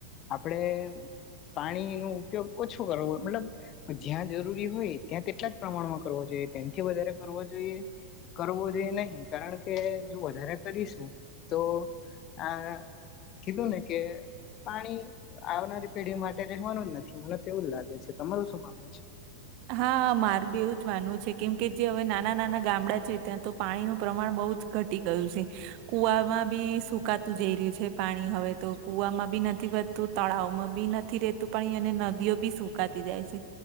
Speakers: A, on the left (about 35°); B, on the right (about 45°).
A: આપડે પાણી ન ઉપયોગ ઓછો કરવો મતલબ જ્યાં જરૂરી હોય ત્યાં તેટલા જ પ્રમાણમાં કર જોઈએ તેમથી વધારે કર જોઈએ કરવો જોએ નહી કારણ કે જો વધારે કરીશું તો આ કીધું ને કે પાણી આવનારી પેઢી માટે રહેવાનું જ નથી મને તેવું જ લાગે છે તમારું શું માનવું છે.
B: હા માર બી એવું જ માનવું છે કેમ કે જે હવે નાના નાના ગામડા છે ત્યાં તો પાણીનું પ્રમાણ બહુ જ. ઘટી ગયું છે. કુવામાં બી સુકાતું જઈ રહ્યું છે પાણી હવે તો કુવામાં બી નથી વધતું તળાવમાં બી નથી રેતું પણ અને નદીઓ બી સુકાતી જાય છે